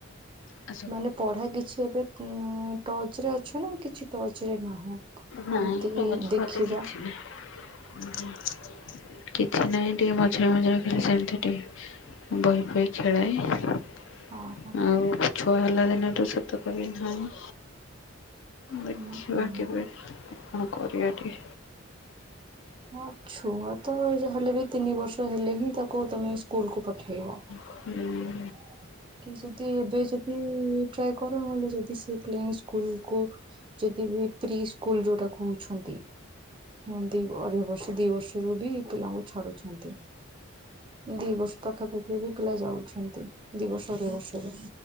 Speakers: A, on the left; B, on the right.
A: ଆସ
B: ମାନେ ପଢା କିଛି ଏବେ ଟଚରେ ଅଛ ନା କିଛି ଟଚ ରେ ନାହଁ।
A: ନାଇଁ
B: ଏମିତି
A: ଟର୍ଚ୍ଚ
B: କି
A: ଫର୍ଚ୍ଚ
B: ଦେଖିବା।
A: କିଛି ନାହିଁ। <unintelligible> କିଛି ନାହିଁ ଟିକେ ମଝିରେ ମଝିରେ ଖାଲି ସେମିତି ଟିକେ ବହି ଫଇ ଖେଳାଏ।
B: ହଁ ହଁ।
A: ଆଉ ଛୁଆ ହେଲା ଦିନଠୁ ସେତକ ଵି ନାହିଁ
B: ହୁଁ
A: ଦେଖିବା
B: ହୁଁ।
A: କେବେ କରିବାଟି।
B: ହଁ ଛୁଆ ତ ଯାହାହେଲେ ବି ତିନି ବର୍ଷ ହେଲେ ହିଁ ତାକୁ ତମେ ସ୍କୁଲକୁୁ ପଠେଇବ।
A: ହୁଁ।
B: ଓ <unintelligible> କି ଯଦି ଏବେ ଯଦି ଟ୍ରଏ କର ନହେଲେ ଯଦି ସେ ପ୍ଲେନ ସ୍କୁଲ କୁ ଯଦି ବି ପ୍ରି ସ୍କୁଲ ଯୋଉଟା କହୁଛନ୍ତି ହୁଁ ଦି ଅଢ଼େଇ ବର୍ଷ ଦି ବର୍ଷରୁ ବି ପିଲାଙ୍କୁ ଛାଡୁଛନ୍ତି। ଦି ବର୍ଷ ପାଖା ପାାଖି ବି ପିଲା ଯାଉଛନ୍ତି ଦି ବର୍ଷ ଅଢ଼େଇ ବର୍ଷର।